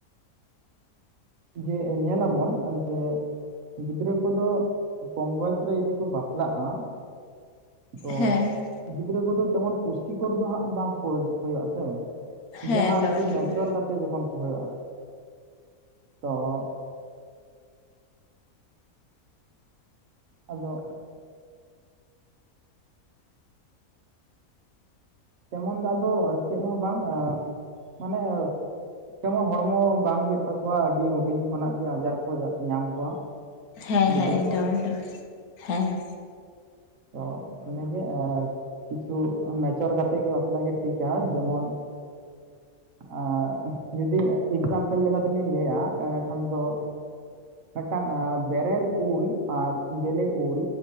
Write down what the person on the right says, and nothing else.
ᱡᱮ ᱧᱮᱞᱟᱵᱚᱱ ᱡᱮ ᱜᱤᱫᱽᱨᱟᱹ ᱠᱚᱫᱚ ᱠᱚᱢ ᱵᱚᱭᱮᱥ ᱨᱮ ᱡᱩᱫᱤ ᱠᱚ ᱵᱟᱯᱞᱟᱜᱼᱟ ᱛᱚ
ᱜᱤᱫᱽᱨᱟᱹ ᱠᱚᱫᱚ ᱛᱮᱢᱚᱱ ᱯᱩᱥᱴᱤᱠᱚᱨ ᱫᱚ ᱦᱟᱸᱜ ᱵᱟᱝ ᱠᱚ ᱦᱩᱭᱩᱜᱼᱟ ᱥᱮ।
ᱡᱟᱦᱟᱸ
ᱟᱨᱠᱤ
ᱢᱮᱪᱚᱨ ᱠᱟᱛᱮᱫ ᱡᱚᱠᱷᱚᱱ ᱠᱚ ᱦᱩᱭᱩᱜᱼᱟ᱾ ᱛᱚ ᱟᱫᱚ ᱛᱮᱢᱚᱱ ᱫᱚ ᱟᱫᱚ ᱪᱮᱫ ᱦᱚᱸ ᱵᱟᱝ ᱢᱟᱱᱮ ᱛᱮᱢᱚᱱ ᱦᱚᱲᱢᱚ ᱵᱟᱝ ᱦᱩᱭᱩᱜ ᱛᱟᱠᱚᱣᱟ ᱟᱹᱰᱤ ᱦᱩᱰᱤᱧ ᱠᱷᱚᱱᱟᱜ ᱜᱮ ᱟᱡᱟᱨ ᱠᱚ ᱧᱟᱢ ᱠᱚᱣᱟ।
ᱜᱤᱫᱟᱹᱨ
ᱠᱚ
ᱛᱚ ᱤᱱᱟᱹᱜᱮ ᱮᱸ ᱠᱤᱪᱷᱩ ᱢᱮᱪᱚᱨ ᱠᱟᱛᱮᱫ ᱜᱮ ᱵᱟᱯᱞᱟ ᱜᱮ ᱴᱷᱤᱠᱟ ᱡᱮᱢᱚᱱ ᱟᱨ ᱡᱩᱫᱤ ᱮᱠᱡᱟᱢᱯᱮᱞ ᱞᱮᱠᱟᱛᱮᱞᱤᱧ ᱞᱟᱹᱭᱟ ᱮᱸᱲᱮᱠᱷᱟᱱ ᱫᱚ ᱢᱤᱫᱴᱟᱝ ᱵᱮᱨᱮᱞ ᱩᱞ ᱟᱨ ᱵᱮᱞᱮ ᱩᱞ